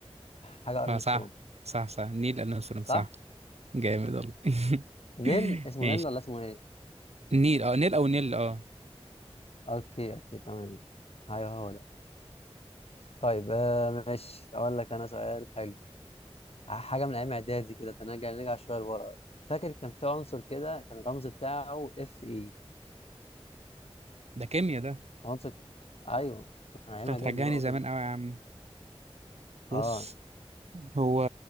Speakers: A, on the left; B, on the right.
A: حاجة أرمسترونج
B: آه صح صح صح نيل أرمسترونج
A: صح؟
B: صح جامد والله <laughs>
A: نيل اسمه
B: ماشي
A: نيل ولا اسمه ايه
B: نيل اه نيل أو نيل اه
A: اوكي اوكي تمام ايوه هو ده طيب آه ماشي اقول لك انا سؤال حلو حاجه من ايام اعدادي كده تنرجع نرجع شويه لورا فاكر كان في عنصر كده كان الرمز بتاعه اف اي
B: ده كيميا ده
A: عنصر ك- ايوه ايام
B: أنت هترجعني
A: اعدادي بقى وكده
B: زمان أوي يا عم بص
A: اه
B: هو